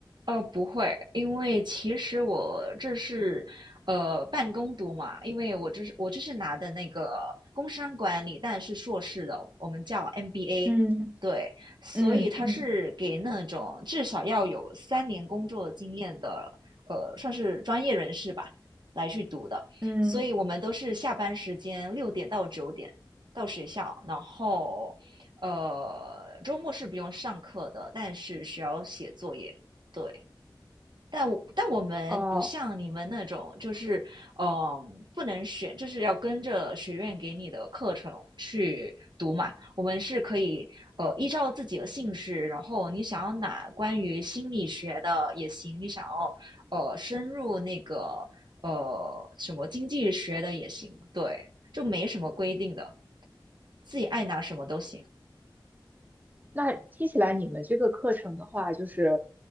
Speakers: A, on the right (about 65°); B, on the right (about 20°).
A: 呃，不会，因为其实我这是呃半工读嘛，因为我这是我这是拿的那个工商管理，但是硕士的，我们叫 MBA，
B: 嗯
A: 对，所以他是给那种至少要有三年工作经验的，
B: 嗯嗯嗯嗯。
A: 呃，算是专业人士吧，来去读的，
B: 嗯
A: 所以我们都是下班时间六点到九点到学校，然后呃周末是不用上课的，但是需要写作业。对，但我但我们不像你们那种，
B: 哦，
A: 就是嗯、呃不能选，就是要跟着学院给你的课程去读嘛。我们是可以呃依照自己的兴趣，然后你想要哪关于心理学的也行，你想要呃深入那个呃什么经济学的也行，对，就没什么规定的，自己爱拿什么都行。
B: 那听起来你们这个课程的话，就是，